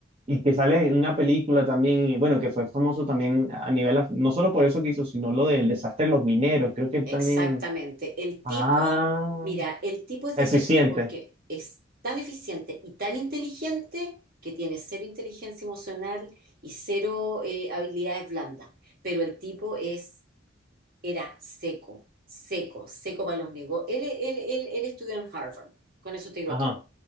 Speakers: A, on the right; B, on the right.
A: y que sale en una película también, y bueno, que fue famoso también a nivel, af- no solo por eso que hizo, sino lo del desastre de los mineros, creo que
B: Exactamente.
A: también,
B: El tipo,
A: ah,
B: mira, el tipo es
A: eficiente,
B: de esos tipos que es tan eficiente y tan inteligente que tiene cero inteligencia emocional y cero eh, habilidades blandas. Pero el tipo es, era seco, seco, seco para los negocios. Él, él, él, él estudió en Harvard, con eso te digo
A: ajá,
B: todo.